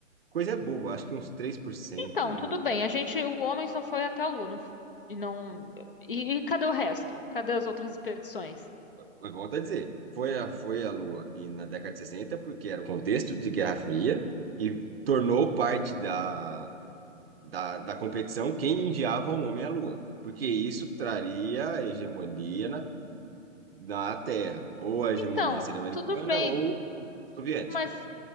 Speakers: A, on the right; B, on the left.
A: Coisa boba, acho que uns 3%.
B: Então,
A: hum.
B: tudo bem, a gente, o homem só foi até a Lua, não f- e não, e, e cadê o resto? Cadê as outras expedições?
A: Mas volto a dizer, foi a, foi a Lua e na década de 60 porque era o contexto de Guerra Fria e tornou parte da, da, da competição quem enviava o homem à Lua, porque isso traria a hegemonia na, na Terra, ou a hegemonia
B: Então,
A: seria americana
B: tudo bem,
A: ou soviética.
B: mas